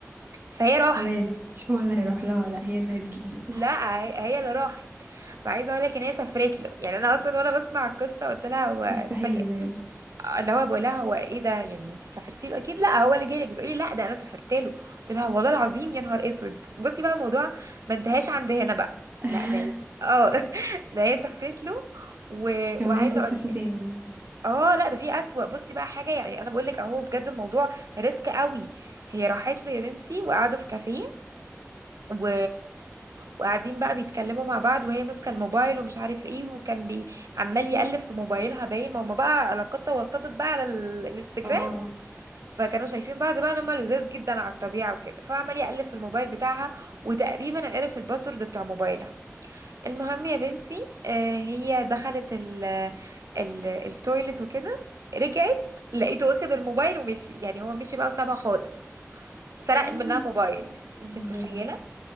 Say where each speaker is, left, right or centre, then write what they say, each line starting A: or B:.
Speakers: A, on the right; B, on the right.
A: فهي راحت
B: كمان مش هو اللي هيروح لها لا هي اللي هتجيله
A: لا هي هي اللي راحت فعايزه اقول لك ان هي سافرت له يعني انا اصلا وانا بسمع القصه قلت لها هو
B: <laughs> مستحيل
A: ثانيه
B: بجد
A: اللي هو بقول لها هو ايه ده يعني انت سافرتي له اكيد لا هو اللي جالك بتقولي لا ده انا سافرت له قلت لها والله العظيم يا نهار اسود بصي بقى الموضوع ما انتهاش عند هنا بقى
B: <laughs>
A: لا ده هي اه <laughs> ده هي سافرت له و...
B: كمان
A: وعايزه
B: لسه
A: اقول
B: في
A: لك
B: تاني يعني
A: اه لا ده في اسوأ بصي بقى حاجه يعني انا بقول لك اهو بجد الموضوع ريسك قوي هي راحت له يا بنتي وقعدوا في كافيه و... وقاعدين بقى بيتكلموا مع بعض وهي ماسكه الموبايل ومش عارف ايه وكان بي... عمال يقلب في موبايلها باين ما هم بقى علاقتها وطدت بقى على الانستجرام
B: اه
A: فكانوا شايفين بعض بقى ان هما لذاذ جدا على الطبيعه وكده فعمال يقلب في الموبايل بتاعها وتقريبا عرف الباسورد بتاع موبايلها المهم يا بنتي آه، هي دخلت ال ال التويلت وكده رجعت لقيته واخد الموبايل ومشي يعني هو مشي بقى وسابها خالص سرق
B: ايه
A: منها موبايل انت
B: بتهزري
A: متخيله